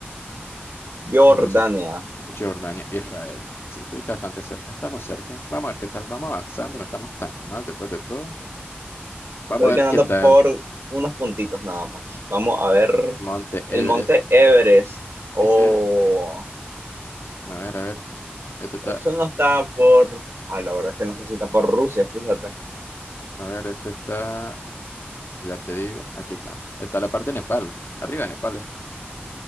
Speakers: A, on the right; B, on the left.
A: Jordania.
B: Entonces, Jordania, Israel. Sí, estuviste bastante cerca, estamos cerca. Vamos a ver qué tal, vamos avanzando, no estamos tan mal después de todo. Vamos
A: Estoy
B: a ver
A: ganando
B: qué tal.
A: por unos puntitos nada más. Vamos a ver
B: Monte Everest
A: el monte Everest. Oh,
B: dice, a ver, a ver, esto está,
A: eso no está por... Ah, la verdad es que no sé si está por Rusia, fíjate.
B: a ver, esto está, ya te digo, aquí está. Está la parte de Nepal, arriba de Nepal, eh.